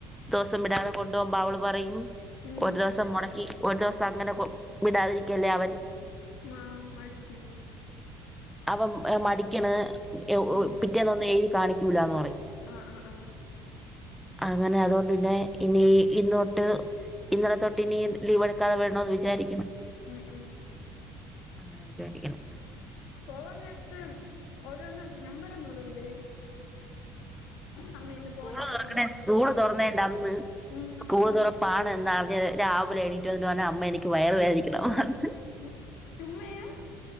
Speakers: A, in the centre; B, on the left.
A: ദിവസം വിടാതെ കൊണ്ടു പോവുമ്പോ അവള് പറയും
B: ഉം
A: ഒരു ദിവസം മുടക്കി ഒരു ദിവസം അങ്ങനെ കൊ വിടാതിരിക്കല്ലേ അവൻ
B: മ മടിക്കും
A: അവൻ മടിക്കണ്
B: ഉം
A: പിറ്റേന്നൊന്നും എഴുതി കാണിക്കൂല്ലാന്ന് പറയും
B: ആഹ് ആഹ് ആഹ്
A: അങ്ങനെ അതുകൊണ്ട് പിന്നെ ഇനി ഇന്നോട്ട് ഇന്നലെ തൊട്ട് ഇനി ലീവ് എടുക്കാതെ വിടണോന്ന് വിചാരിക്കണ്
B: ഉം -ഉം
A: അങ്ങനെ വിചാരിക്കണം
B: പോവാ നേരത്ത് ഓരൊന്നും നമ്പരൊന്നും ഇടൂലേ അമ്മ ഇന്ന്
A: സ്കൂള്
B: പോണില്ല
A: തുറക്കണേ
B: പോണില്ലന്നൊക്കെ
A: സ്കൂള് തുറന്നേന്റെ അന്ന്
B: ഉം
A: സ്കൂള് തുറപ്പാണ് എന്നറിഞ്ഞത് രാവിലെ എണീറ്റ് വന്നിട്ട് പറഞ്ഞ് അമ്മ എനിക്ക് വയറ് വേദനിക്കണ <unintelligible>
B: ഉം ചുമ്മായ